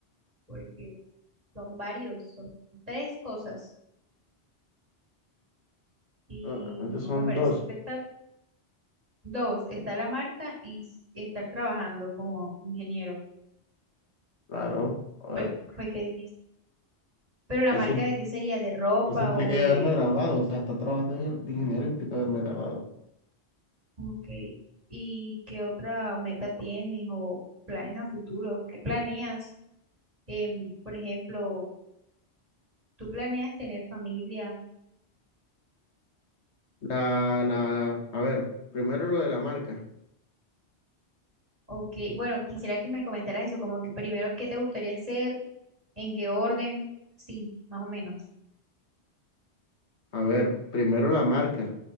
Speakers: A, on the right; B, on the left.
A: porque son varios, son tres cosas y
B: Pero realmente son
A: no me parece
B: dos,
A: espectacular. Dos, está la marca y s- estar trabajando como ingeniero,
B: claro. A
A: fue,
B: ver,
A: fue que dijiste. Pero la
B: eso,
A: marca de qué sería, de ropa
B: eso implica
A: o
B: ya
A: de...
B: haberme graduado, o sea, estar trabajando de de ingeniero implica haberme graduado.
A: Ok, ¿y qué otra meta tienes o planes a futuro? ¿Qué planeas? Em, por ejemplo, ¿tú planeas tener familia?
B: La, la, a ver, primero lo de la marca.
A: Ok, bueno, quisiera que me comentaras eso, como que primero, ¿qué te gustaría hacer? ¿En qué orden? Sí, más o menos.
B: A ver, primero la marca.